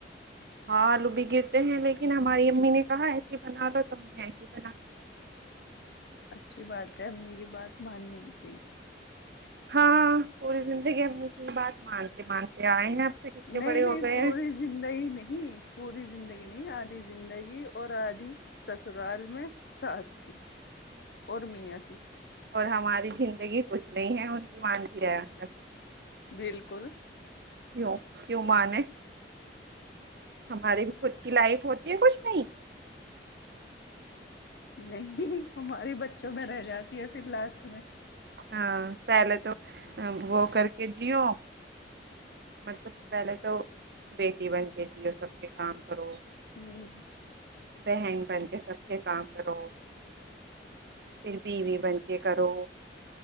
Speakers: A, on the right (about 60°); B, on the left (about 65°).
A: ہاں آلو بھی گرتے ہیں لیکن ہماری امی نے کہا ایسیے بنا لو تو ہم نے ایسی بنا لی
B: اچھی بات ہے امی کی بات ماننی بھی چاہیے
A: ہاں پوری زندگی امی کی بات مانتے مانتے آئے ہیں تک اتنے
B: نہیں
A: بڑے
B: نہیں
A: ہو گئے
B: پوری
A: ہیں
B: زندگی نہیں پوری زندگی نہیں آدھی زندگی اور آدھی سسرال میں سس کی اور میاں کی
A: اور ہماری زندگی کچھ نہیں ہے ان مانتی آیا بس
B: بالکل
A: کیوں کیوں م نے ہماری بھی خود کی لائف ہوتی ہے کچھ نہیں
B: نہیں ہماری بچوں میں رہ جاتی ہے پھر لاسٹ میں
A: ہاں پہلے تو وہ کر جیو مطلب پہلے تو بیٹی بن کے جیو سب کے کام کرو
B: ہوں
A: بہن بہن کے سب کے کام کرو پھر پ بھی بن کے کرو